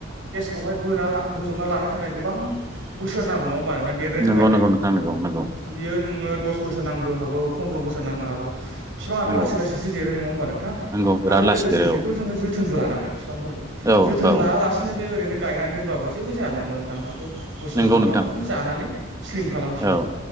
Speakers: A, on the right (about 75°); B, on the right (about 15°).
A: गेसखौहाय बोना बोजोबना लानो थाखाय गोबां बोसोर नांगौ नङा ओमबा नों थां देरनो
B: नंगौ
A: थाखाय
B: नंगौ नोंथां नंगौ नंगौ
A: बियो नोङो दस बोसोर नांनो हागौ फन्द्र बोसोर नांनो हागौ बिफांङाथ'
B: नंगौ
A: लासै लासैसो देरो नङा होमबा नों थां
B: नंगौ बिराद
A: आरो लोगोसे
B: लासै देरो
A: बेखौ जोङो जोथो जोथोनबो लानांगोन बिफांफोरखौ
B: औ
A: जोथोन
B: औ
A: लायालासेनो बे ओरैनो गायनानै दोनबाबो जेबो जाया नङा हबा नोंथां बेथ' मोसौ
B: नंगौ
A: बोरमाफ्रानो
B: नोंथां
A: जानानै स्लिम खालामफिनो
B: औ